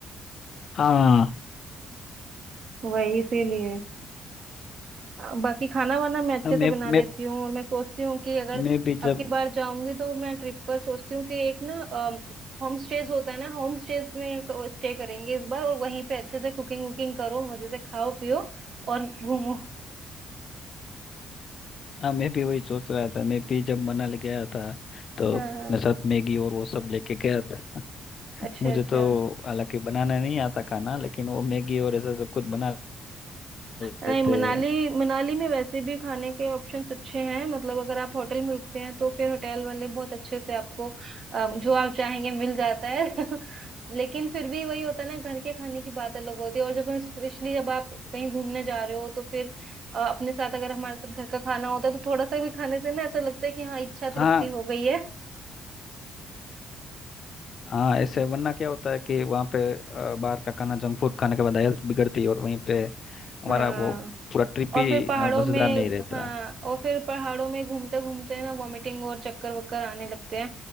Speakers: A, on the left; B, on the right.
A: हाँ
B: वही इसीलिए अ, बाकी खाना वाना मैं अच्छे
A: हाँ मैं
B: से बना लेती
A: मैं
B: हूँ और मैं सोचती हूँ कि अगर
A: मैं भी
B: अब
A: जब
B: की बार जाऊंगी तो मैं ट्रिप पर सोचती हूँ कि एक ना होम स्टेज होता है ना होम स्टेज में स्टे करेंगे इस बार और वहीं पे अच्छे से कुकिंग वुकिंग करो मजे से खाओ पियो और घूमो
A: हाँ मैं भी वही सोच रहा था मैं भी जब मनाली गया था तो
B: हाँ
A: अपने
B: हाँ
A: साथ मैगी और वो सब लेके गया था
B: अच्छा
A: मुझे
B: अच्छा
A: तो हालांकि बनाना नहीं आता खाना लेकिन वो मैगी और ऐसा सब कुछ बना लेते
B: नहीं मनाली
A: हैं
B: मनाली में वैसे भी खाने के ऑप्शंस अच्छे हैं मतलब अगर आप होटल में रुकते हैं तो फिर होटल वाले बहुत अच्छे से आपको अ, जो आप चाहेंगे मिल जाता है <laughs> लेकिन फिर भी वही होता है ना घर के खाने की बात अलग होती है और जब हम स्पेशली जब आप कहीं घूमने जा रहे हो तो फिर अ, अपने साथ अगर हमारे साथ घर का खाना होता है तो थोड़ा सा भी खाने से ना ऐसा लगता है कि हाँ इच्छा तृप्ति
A: हाँ
B: हो गई है
A: हाँ ऐसे वरना क्या होता है कि वहाँ पे अ, बाहर का खाना जंक फूड खाने के बाद हेल्थ बिगड़ती है और वहीं पे हमारा
B: हाँ
A: वो पूरा ट्रिप
B: और
A: ही
B: फिर पहाड़ों
A: अ, मजेदार
B: में
A: नहीं रहता
B: हाँ और फिर पहाड़ों में घूमते घूमते ना वॉमिटिंग और चक्कर वक्कर आने लगते हैं